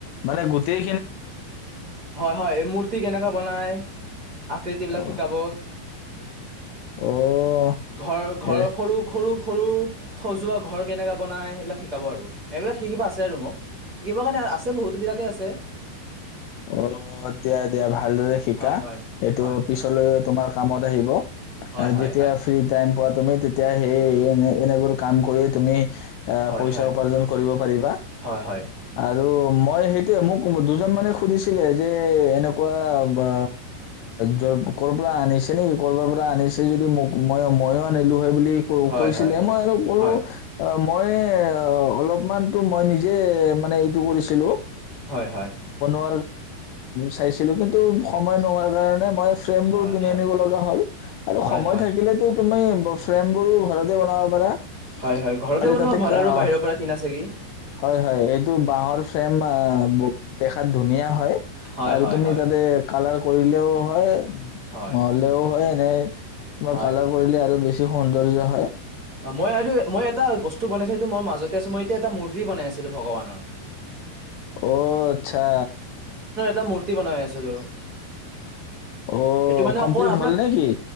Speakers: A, on the left; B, on the right.
A: মানে গোটেই
B: হয় -হয় মূৰ্তি কেনেকৈ বনাই আকৃতি বিলাক
A: অ'
B: শিকাব।
A: অ'
B: ঘৰ ঘৰৰ
A: এ
B: সৰু- সৰু সৰু সজোৱা ঘৰ কেনেকে বনাই সেইবিলাক শিকাব আৰু এইবিলাক শিকিবা আছে আৰু মোক শিকিব কাৰণে আছে বহুত বিলাকে আছে।
A: অ' দিয়া দিয়া ভাল ভালদৰে শিকা
B: হয় হয়।
A: এইটো
B: হয়
A: পিছলৈ তোমাৰ কামত আহিব।
B: হয় হয়
A: যেতিয়া
B: হয়।
A: ফ্ৰী টাইম পোৱা তুমি তেতিয়া হেই এনে, এনেবোৰ কাম কৰি তুমি এ
B: হয়
A: পইচা
B: হয়
A: উপাৰ্জন কৰিব পাৰিবা।
B: হয় হয়
A: আৰ ত' মই সেইটোৱে, মোক দুজন মানে সুধিছিলে যে এনেকুৱা, বা য ক'ৰ পৰা আনিছে নি কৰবাৰ পৰা আনিছে যদি মোক মই ময়ো আনিলো বুলি‌ ক'
B: হয়
A: কৈছিলে,
B: হয় হয়
A: মই আৰু বোলো
B: হয়
A: মই এ অলপমানতো মই নিজে মানে এইটো কৰিছিলোঁ।
B: হয়-হয়।
A: <unintelligible> ম চাইছিলো, কিন্তু সময় নোহোৱাৰ কাৰণে মই ফ্ৰেম
B: হয়
A: বোৰ কিনি
B: হয় হয়
A: আনিব লগা হ'ল, আৰু
B: হয়
A: সময় থাকিলেতো তুমি অ' ফ্ৰেম বোৰো ঘৰতে বনাব পাৰা
B: হয়-হয়, ঘৰতে
A: খালি
B: বনোৱা
A: তাতে
B: ভাল আৰু
A: আহ,
B: বাহিৰৰ পৰা কিনাছে কি?
A: হয় হয় এইটো বাঁহৰ ফ্ৰেম আ দেখাত ধুনীয়া হয়।
B: হয়
A: আৰু
B: হয়
A: তুমি
B: হয়
A: তাতে কালাৰ কৰিলেও হয়। উ
B: হয়
A: নহ'লেও হয়। <unintelligible> মাৰ
B: হয়
A: কালাৰ কৰিলে আৰু বেছি তি সৌন্দৰ্য হয়।
B: অ মই আৰু, মই এটা বস্তু বনাইছো সেইটো মই মাজতে আছো, মই এতিয়া এটা মূৰ্তি বনাই আছিলো ভগৱানৰ।
A: অ আচ্ছা।
B: টা মূৰ্তি বনাই আছিলো।
A: অ'
B: সেইটো মানে
A: কমপ্লিট
B: অকমান আপোনাৰ
A: হ'ল নে কি